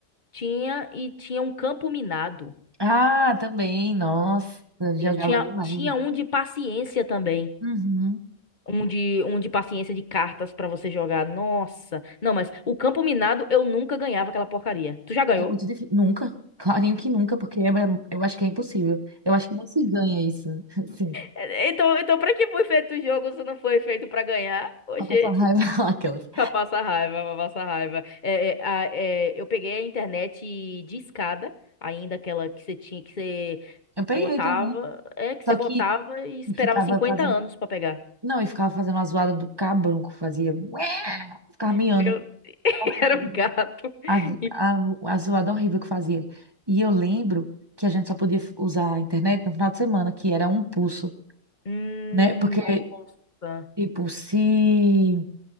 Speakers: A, on the left; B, on the right.
A: tinha e tinha um campo minado.
B: Ah, também, nossa, jogava
A: Meu Deus, tinha,
B: demais.
A: tinha
B: né?
A: um de paciência também.
B: Uhum.
A: Um de, um de paciência de cartas pra você jogar. Nossa. Não, mas o campo minado eu nunca ganhava aquela porcaria. Tu já ganhou?
B: Era muito difícil. Nunca. <laughs> Clarinho que nunca, porque é- eu acho que é impossível. Eu acho que não se ganha isso. <laughs> Sim.
A: É, Então, então pra que foi feito o jogo se não foi feito pra ganhar? Ô,
B: Pra
A: gente.
B: passar raiva
A: <laughs>
B: <laughs> aquelas.
A: Pra passar raiva, pra passar raiva. É, é, a- é, eu peguei a internet de escada, ainda aquela que você tinha que você
B: Eu peguei
A: botava.
B: também.
A: É, que você
B: Só
A: botava
B: que
A: e esperava
B: ficava
A: cinquenta
B: fazendo.
A: anos pra pegar.
B: Não, e ficava fazendo a zoada do cabrunco, fazia. <laughs> ué, Ficava miando.
A: Meu, <laughs>
B: Horrível.
A: era um gato.
B: A,
A: E-
B: a, a zoada horrível que fazia. E eu lembro que a gente só podia usar a internet no final de semana, que era um pulso,
A: Hum,
B: né? Porque,
A: nossa.
B: tipo, se,